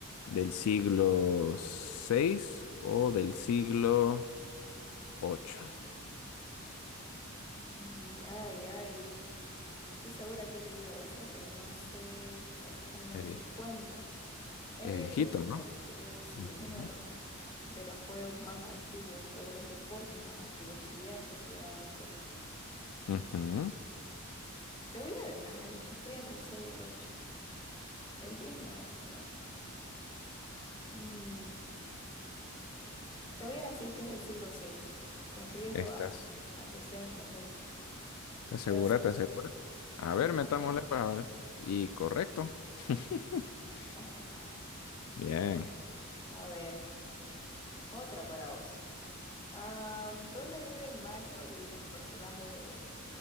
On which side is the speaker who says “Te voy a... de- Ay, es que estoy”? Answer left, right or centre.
Left